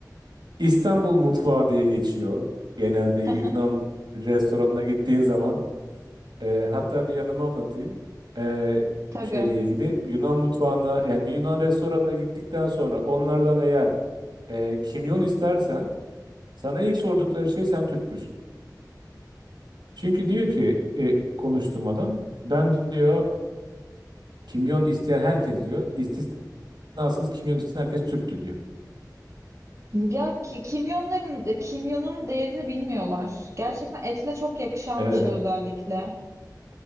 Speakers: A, on the right; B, on the right.
A: İstanbul mutfağı diye geçiyor. Genelde Yunan
B: <laughs>
A: restoranına gittiğin zaman e, hatta bir yanımı anlatayım. E,
B: Tabii.
A: şeyle ilgili Yunan mutfağına yani bir Yunan restoranına gittikten sonra onlardan eğer e, kimyon istersen sana ilk sordukları şey sen Türk müsün? Çünkü diyor ki e, konuştuğum adam ben diyor kimyon isteyen herkes diyor istisnasız kimyon isteyen herkes Türktü diyor.
B: Ya ki- kimyonların e, kimyonun değerini bilmiyorlar. Gerçekten etle çok yakışan
A: Evet
B: bir şey özellikle.